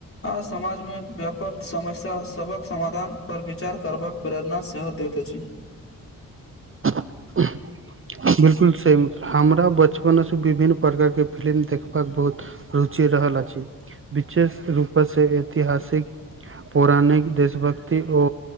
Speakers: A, on the left; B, on the right.
A: आ समाजमे व्यापत समस्या सभक समाधानपर विचार करबाक प्रेरणा सेहो दैत अछि।
B: उंह बिलकुल सेम हमरा बचपन से विभिन्न प्रकार के फिलिम देखबाक बहुत रुचि रहल अछि, विशेष रूप से एत तिहासिक, पौराणिक, देशभक्त ति ओ